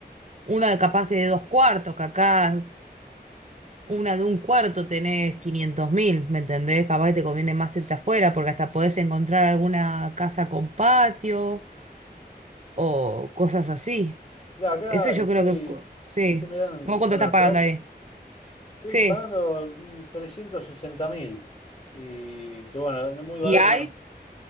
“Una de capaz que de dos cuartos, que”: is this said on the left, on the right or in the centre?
Right